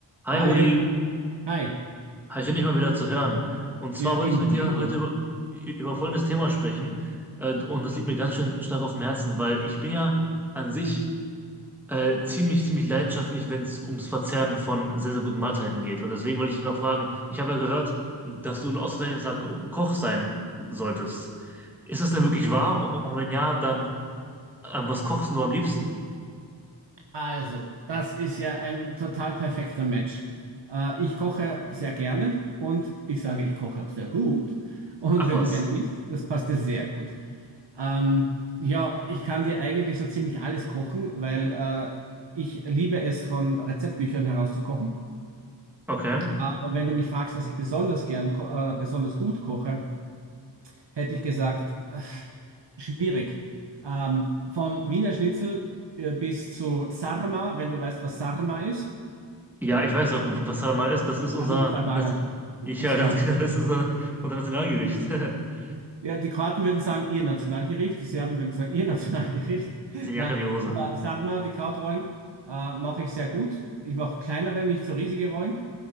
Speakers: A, in the centre; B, on the right.
A: Hi
B: Hi,
A: Rudi,
B: hi.
A: hi, schön dich mal wieder zu hören. Und zwar
B: Ja,
A: wollte
B: ebenso,
A: ich mit
B: ebenso.
A: dir heute über, über folgendes Thema sprechen. Äh, und das liegt mir ganz schön stark auf dem Herzen, weil ich bin ja an sich äh, ziemlich, ziemlich leidenschaftlich, wenn es ums Verzehren von sehr, sehr guten Mahlzeiten geht. Und deswegen wollte ich dich mal fragen, ich habe ja gehört, dass du ein ausgezeichneter Ko- Koch sein solltest. Ist das denn wirklich wahr? Und wenn ja, dann ähm, was kochst du am liebsten?
B: Also, das ist ja ein total perfekter Match. Äh, ich koche sehr gerne und ich sage, ich koche auch sehr gut. Und
A: Ach
B: wenn
A: was.
B: du gerne isst, das passt dir sehr gut. Ähm, ja, ich kann dir eigentlich so ziemlich alles kochen, weil äh, ich liebe es, von Rezeptbüchern herauszukochen.
A: Okay.
B: Aber wenn du mich fragst, was ich besonders gern, ko- äh, besonders gut koche, hätte ich gesagt, äh, schwierig. Ähm, vom Wiener Schnitzel äh, bis zu Sarma, wenn du weißt, was Sarma ist.
A: Ja, ich weiß, wa- wa- was Hadamar ist. Das ist unser,
B: Also du bist Albaner,
A: Nation- ja,
B: ist
A: ganz
B: klar.
A: genau, das ist unser, unser Nationalgericht. <laughs>
B: Ja, die Kroaten würden sagen, ihr Nationalgericht, die Serben würden sagen, ihr Nationalgericht. <laughs>
A: Ist ja Jacke
B: Na,
A: wie Hose.
B: aber Sarma, die Krautrollen, äh, mache ich sehr gut. Ich mache kleinere, nicht so riesige Rollen.